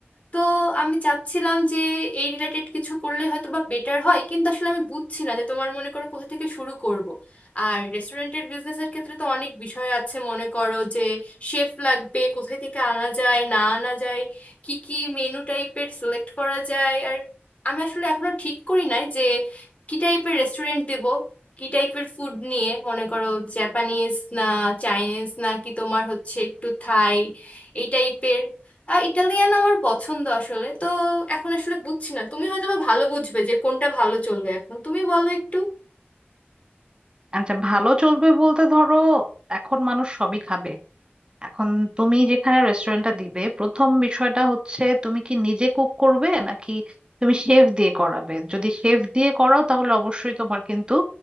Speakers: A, on the left (about 35°); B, on the right (about 25°).
A: তো আমি চাচ্ছিলাম যে এই রিলেটেড কিছু করলে হয়তো বা বেটার হয় কিন্তু আসলে আমি বুঝছি না যে তোমার মনে করো কোথা থেকে শুরু করব আর রেস্টুরেন্টের বিজনেসের ক্ষেত্রে তো অনেক বিষয় আছে মনে করো যে শেফ লাগবে কোথায় থেকে আনা যায় না আনা যায় কি কি মেনু টাইপের সিলেক্ট করা যায় আর আমি আসলে এখনো ঠিক করি নাই যে কি টাইপের রেস্টুরেন্ট দেব কি টাইপের ফুড নিয়ে মনে করো জাপানিজ না চাইনিজ না কি তোমার হচ্ছে একটু থাই এই টাইপের ইটালিয়ান আমার পছন্দ আসলে তো এখন আসলে বুঝছি না তুমি হয়তো বা ভালো বুঝবে যে কোনটা ভালো চলবে এখন তুমি বলো একটু
B: আচ্ছা ভালো চলবে বলতে ধরো এখন মানুষ সবই খাবে এখন তুমি যেখানে রেস্টুরেন্টটা দিবে প্রথম বিষয়টা হচ্ছে তুমি কি নিজে কুক করবে নাকি তুমি শেফ দিয়ে করাবে যদি শেফ দিয়ে করাও তাহলে অবশ্যই তোমার কিন্তু